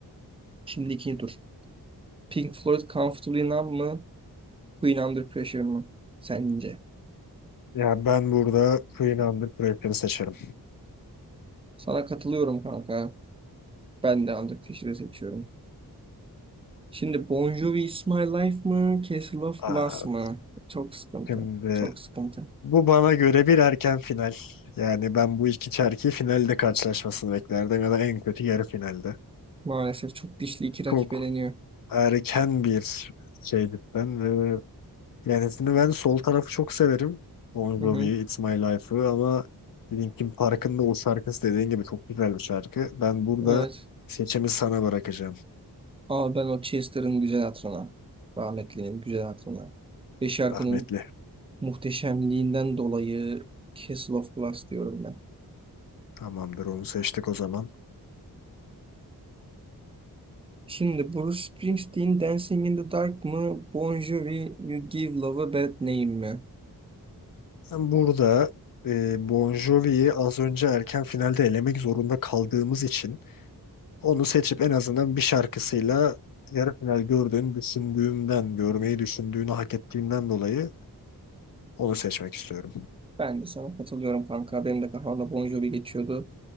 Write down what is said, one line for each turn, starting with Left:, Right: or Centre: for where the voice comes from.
Right: Şimdi ikinci tur. Pink Floyd Comfortably Numb mı? Queen Under Pressure mı? Sence?
Left: Ya ben burada Queen Under Pressure'ı seçerim.
Right: Sana katılıyorum kanka. Ben de Under Pressure'ı seçiyorum. Şimdi Bon Jovi Is My Life mı? Castle of
Left: Aa,
Right: Glass mı? Çok sıkıntı.
Left: şimdi
Right: Çok sıkıntı.
Left: Bu bana göre bir erken final. Yani ben bu iki çerki finalde karşılaşmasını beklerdim ya da en kötü yarı finalde.
Right: Maalesef çok dişli iki rakip
Left: Çok
Right: eleniyor.
Left: erken bir şey cidden ve yani şimdi ben sol tarafı çok severim. Bon Jovi,
Right: Hı hı.
Left: It's My Life'ı ama Linkin Park'ın da o şarkısı dediğin gibi çok güzel bir şarkı. Ben burada
Right: Evet.
Left: seçimi sana bırakacağım
Right: Ama ben o Chester'ın güzel hatırına. Rahmetlinin güzel hatırına. Ve şarkının
Left: rahmetli.
Right: muhteşemliğinden dolayı Castle of Glass diyorum ben.
Left: Tamamdır onu seçtik o zaman.
Right: Şimdi Bruce Springsteen Dancing in the Dark mı? Bon Jovi You Give Love a Bad Name mi?
Left: Ben burada e, Bon Jovi'yi az önce erken finalde elemek zorunda kaldığımız için Onu seçip en azından bir şarkısıyla yarı final gördüğünü düşündüğümden, görmeyi düşündüğünü hak ettiğimden dolayı onu seçmek istiyorum.
Right: Ben de sana katılıyorum kanka. Benim de kafamda Bon Jovi geçiyordu.